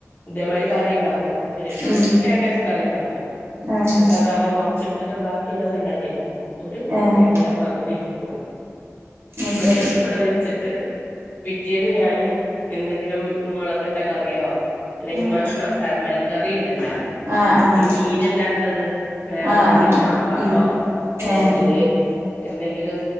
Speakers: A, on the left; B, on the right.
A: ഇതേമാതിരി കറി ഉണ്ടാക്കും ഒരീസം
B: ഉം
A: തേങ്ങരച്ച കറി ഉണ്ടാക്കും
B: ഏഹ്
A: എന്നിട്ട് അതവിടെ കൊറച്ചെടുത്തിട്ട് ബാക്കിയവിടെല്ലാതിക്കും ഒരു മുറി
B: ഏഹ്
A: തേങ്ങന്റെ പകുതി ക്കുള്ളൂഎന്നിട്ട്
B: അയ്ശരി
A: അവിടെ വെച്ചിട്ട് പിറ്റേന്ന് ഞാന് എന്തെങ്കിലും മുളകിട്ട കറിയോ അല്ലെങ്കി
B: ആഹ്
A: മ മസാല മല്ലിക്കറി ഉണ്ടല്ലോ
B: ആഹ് ആഹ്
A: ഈ മീനല്ലാത്തത് വേറെ
B: ആഹ്
A: എന്തെങ്കിലും
B: ആഹ്
A: സാമ്പാറോ
B: ഉം
A: അല്ലെങ്കില്
B: ഏഹ്
A: എന്തെങ്കിലും